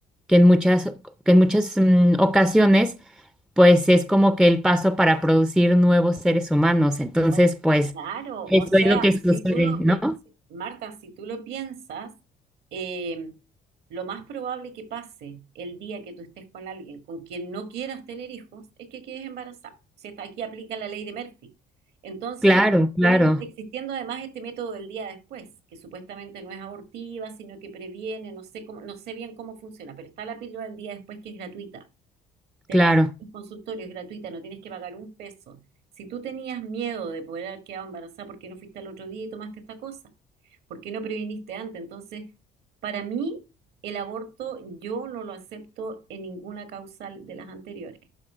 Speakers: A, in the centre; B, on the right (about 75°).
A: que en muchas, que en muchas mm, ocasiones, pues es como que el paso para producir nuevos seres humanos. Entonces,
B: O-
A: pues
B: claro,
A: eso
B: o sea,
A: es lo que sucede,
B: si tú lo
A: ¿no?
B: ves, Marta, si tú lo piensas, eh, lo más probable que pase el día que tú estés con alguien con quien no quieras tener hijos es que quedes embarazada. Si hasta aquí aplica la ley de Murphy. Entonces,
A: Claro, claro,
B: yo digo, existiendo además este método del día después, que supuestamente no es abortiva, sino que previene, no sé cómo, no sé bien cómo funciona, pero está la píldora del día después que es gratuita te
A: claro.
B: la dan en el consultorio, es gratuita, no tienes que pagar un peso. Si tú tenías miedo de poder haber quedado embarazada, ¿por qué no fuiste al otro día y tomaste esta cosa? ¿Por qué no previniste antes? Entonces, para mí, el aborto yo no lo acepto en ninguna causal de las anteriores.